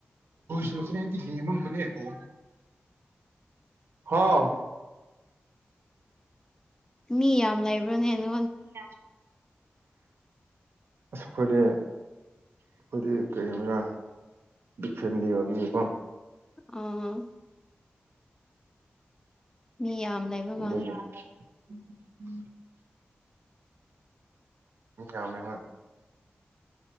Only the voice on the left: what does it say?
ꯃꯤ ꯌꯥꯝ ꯂꯩꯕ꯭ꯔꯣꯅꯦꯅ
ꯑꯥ ꯃꯤ ꯌꯥꯝ
ꯂꯩꯕ ꯃꯥꯜꯂꯦ